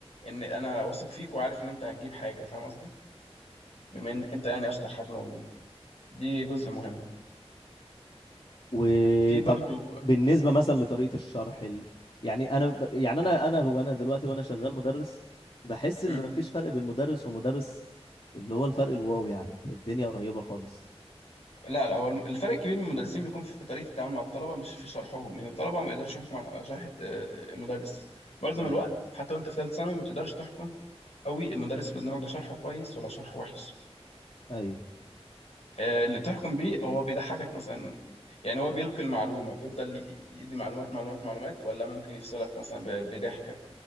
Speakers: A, on the left (about 75°); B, on the left (about 55°).
A: ان انا واثق فيك وعارف ان انت هتجيب حاجه فاهم قصدي بما انك انت يعني اشطر حد موجود دي جزء مهم
B: وطب
A: في برضو
B: بالنسبه مثلا لطريقه الشرح ال... يعني انا ب... يعني انا انا وانا دلوقتي وانا شغال مدرس بحس
A: مم.
B: ان مفيش فرق بين مدرس ومدرس اللي هو الفرق الواو يعني الدنيا قريبه خالص
A: لا لا هو الم- الفرق الكبير من المدرسين بيكون في طريقه التعامل مع الطلبه مش في شرحهم لان الطلبه ما يقدرش يحكم على شرح آه، المدرس معظم
B: امم
A: الوقت حتى وانت في ثالث ثانوي ما تقدرش تحكم قوي المدرس اللي قدامك ده شرحه كويس ولا شرحه وحش
B: ايوه
A: آه، اللي تحكم بيه هو بيضحكك مثلا يعني هو بيلقي المعلومة بيفضل ي- يدي معلومات معلومات معلومات ولا ممكن يفصلك مثلا ب- بضحكة